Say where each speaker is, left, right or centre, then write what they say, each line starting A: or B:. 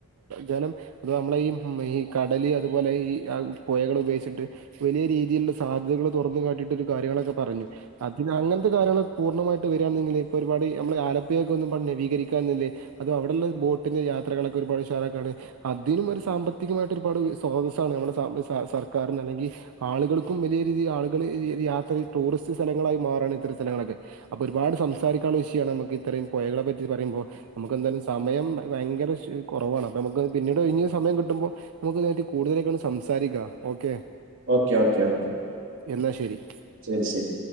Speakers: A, on the right (about 80°); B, on the right (about 60°).
A: ജലം അഥവാ നമ്മളെ ഈ കടല് അതുപോലെ ഈ ആ പുഴകൾ ഉപയോഗിച്ചിട്ട് വലിയ രീതിയിലുള്ള സാധ്യതകള് തുറന്നു കാട്ടിയിട്ട് കാര്യങ്ങളൊക്കെ പറഞ്ഞു അതിന് അങ്ങന- ത്തെ കാര്യങ്ങൾ പൂർണമായിട്ട് വരയാണങ്കി ഇപ്പൊ ഒരുപാട് നമ്മളെ ആലപ്പുഴ ഒക്കെ ഒന്നുപാടെ നവീകരിക്കാണെങ്കി അതും അവിടെ ഉള്ള ബോ ബോട്ടിന്റെ യാത്രകളൊക്കെ ഒരുപാട് ഉഷാറാക്കാണെങ്കി അതിനും ഒരു സാമ്പത്തികമായിട്ട് ഒരുപാട് സ്രോതസ്സാണ് നമ്മുടെ സർക്കാരിന് അല്ലെങ്കിൽ ആളുകൾക്കും വലിയ രീതിൽ ആളുകൾ ഈ യാ ഈ ടൂറിസ്റ്റ് സ്ഥലങ്ങളായി മാറാണ് ഇത്രയും സ്ഥലങ്ങളൊക്കെ അപ്പൊ ഒരുപാട് സംസാരിക്കാനുള്ള വിഷയമാണ് നമുക്ക് ഇത്രയും പുഴകളെ പറ്റി പറയുമ്പോ നമുക്ക് എന്തായാലും സമയം ഭയങ്കര കുറവാണ് നമുക്ക് പിന്നീട് ഒഴിഞ്ഞ് സമയം കിട്ടുമ്പോ നമുക്കായിട്ട് കൂടുതലായിക്കാണ് സംസാരിക്കാം ഓക്കെ
B: ഓക്കെ ഓക്കേ ഓക്കേ
A: എന്നാ ശരി
B: ശരി ശരി